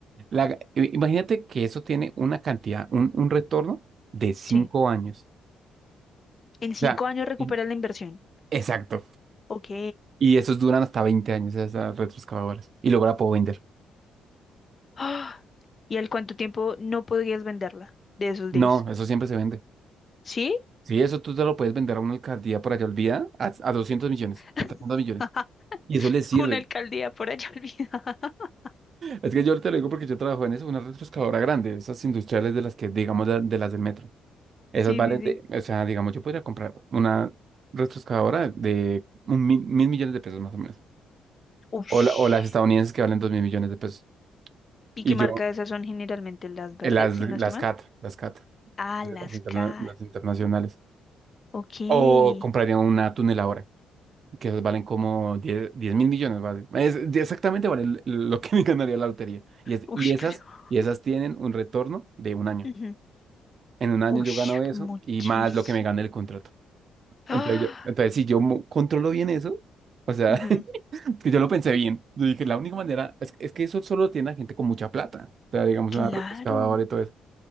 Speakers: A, on the right; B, on the left.
A: La ga- i- imagínate que eso tiene una cantidad, un, un retorno de cinco
B: Sí.
A: años.
B: En cinco
A: O sea,
B: años recuperas
A: in-
B: la inversión.
A: exacto.
B: Ok.
A: Y esos duran hasta 20 años, esas retroexcavadoras. Y luego la puedo vender.
B: Ah, ¿Y al cuánto tiempo no podrías venderla de esos
A: No,
B: diez?
A: eso siempre se vende.
B: ¿Sí?
A: Sí, eso tú te lo puedes vender a una alcaldía por allá olvida a, a 200 millones, a
B: <laughs>
A: 300 millones. Y eso les sirve.
B: Una alcaldía por allá olvidada. <laughs>
A: Es que yo te lo digo porque yo trabajo en eso, una retroexcavadora grande, esas industriales de las que, digamos, de, de las del metro. Esas
B: Sí,
A: valen
B: sí, sí.
A: de, o sea, digamos, yo podría comprar una retroexcavadora de un mil, mil millones de pesos más o menos.
B: Ush.
A: O, la- o las estadounidenses que valen dos mil millones de pesos.
B: ¿Y
A: Y
B: qué marca
A: yo,
B: de esas son generalmente las verdes,
A: eh, las,
B: si
A: las
B: no estoy mal?
A: CAT, las CAT,
B: Ah,
A: eh,
B: las
A: las, interna-
B: K.
A: las internacionales.
B: Ok. Uy,
A: O compraría una tuneladora, que esas valen como 10 10 mil millones, vale. Es, de- exactamente vale l- lo que <laughs> me ganaría la lotería. Y, es,
B: <laughs>
A: y esas,
B: pero.
A: y esas tienen un retorno de un año.
B: ujú.
A: En un año
B: Uy,
A: yo gano eso
B: muchísimo.
A: y más lo que me gane el contrato.
B: Ah,
A: Entonces, yo- entonces si yo mo- controlo bien eso, o sea,
B: ujú,
A: <laughs> es que yo lo pensé bien. Yo dije, la única manera es, es que eso solo lo tiene la gente con mucha plata. O sea, digamos,
B: Claro.
A: una retroexcavadora y todo eso.